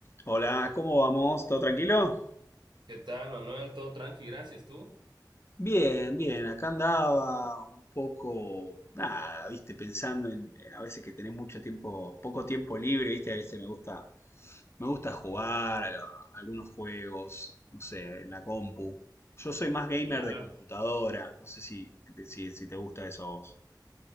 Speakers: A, on the left; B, on the right.
A: Hola, ¿cómo vamos? ¿Todo tranquilo?
B: ¿Qué tal, Manuel? Todo tranqui, gracias. ¿Tú?
A: Bien, bien, acá andaba un poco, nada, viste, pensando en, en a veces que tenés mucho tiempo, poco tiempo libre, viste, a veces me gusta, me gusta jugar a, lo- a algunos juegos, no sé, en la compu. Yo soy más gamer
B: Ya,
A: de computadora, no sé si, si, si te gusta eso a vos.